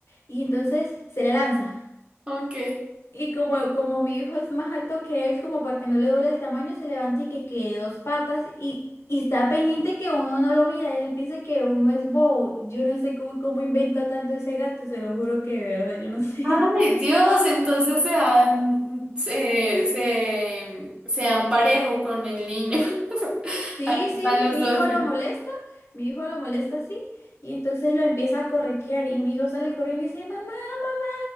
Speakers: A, on the left; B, on the right.
A: y entonces se le lanza.
B: Ok.
A: Y como, como mi hijo es más alto que él, como para que no le doble el tamaño, se levanta y que quede dos patas y, y está pendiente que uno no lo mira. Él piensa que uno es bobo. Yo no sé cómo, cómo inventa tanto ese gato, se lo juro que de verdad, yo no sé.
B: Ay,
A: <laughs>
B: Dios, entonces se dan, se, se, se dan parejo con el niño. <laughs>
A: Sí,
B: Ahí
A: sí,
B: están los
A: mi
B: dos.
A: hijo lo molesta, mi hijo lo molesta así, y entonces lo empieza a corretear y mi hijo sale corriendo y dice, mamá, mamá,